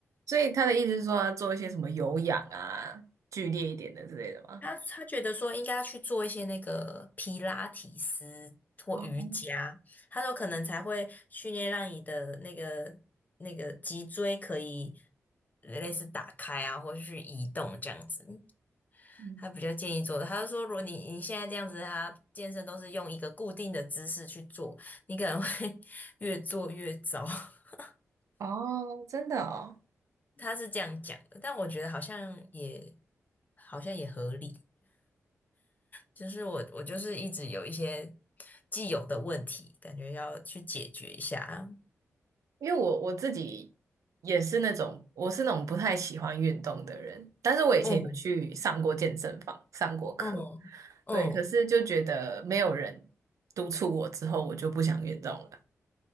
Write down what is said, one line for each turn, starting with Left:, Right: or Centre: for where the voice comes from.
Right: 所以他的意思是说要做一些什么有氧啊，剧烈一点的之类的吗？
Left: 他他觉得说应该要去做一些那个皮拉提斯或瑜伽，
Right: 哦，
Left: 他说可能才会训练让你的那个那个脊椎可以类似打开啊，或者是移动这样子。
Right: 嗯，
Left: 他比较建议做的，他就说如果你你现在这样子，他健身都是用一个固定的姿势去做，你可能会 <laughs> 越做越糟。<laughs>
Right: 哦，真的哦，
Left: 他是这样讲的，但我觉得好像也好像也合理。就是我我就是一直有一些既有的问题，感觉要去解决一下。
Right: 因为我我自己也是那种，我是那种不太喜欢运动的人，但是我以前有去上过健身房，
Left: 嗯
Right: 上过课，
Left: 嗯嗯，
Right: 对，可是就觉得没有人督促我之后，我就不想运动了。